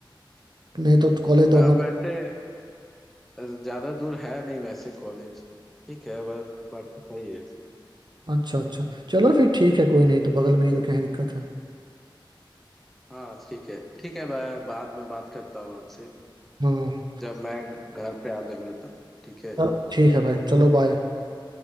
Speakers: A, on the right; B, in the centre.
A: नहीं तो कॉलेज
B: हाँ
A: दौड़ना
B: वैसे ज्यादा दूर है नहीं वैसे कॉलेज ठीक है पर बट सही है
A: अच्छा अच्छा चलो फिर ठीक है कोई नहीं तो बगल में ही तो क्या ही दिक्कत है
B: हाँ ठीक है ठीक है मैं बाद में बात करता हूँ आपसे
A: हाँ
B: जब मैं घ- घर पे आ जाऊंगा तब ठीक है
A: चलो ठीक है भाई चलो बाय